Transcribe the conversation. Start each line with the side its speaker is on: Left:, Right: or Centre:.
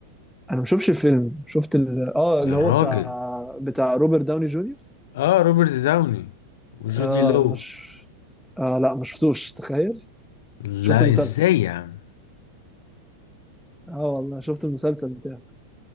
Centre: انا ما شفتش الفيلم شفت ال... اه
Left: يا
Centre: اللي هو
Left: راجل
Centre: بتاع بتاع روبرت داوني جونيور
Left: اه روبرت داوني وجودي
Centre: اه
Left: لو
Centre: مش آه لا ما شفتوش تخيل
Left: لا
Centre: شفت المسلسل
Left: ازاي يا عم
Centre: اه والله شفت المسلسل بتاعه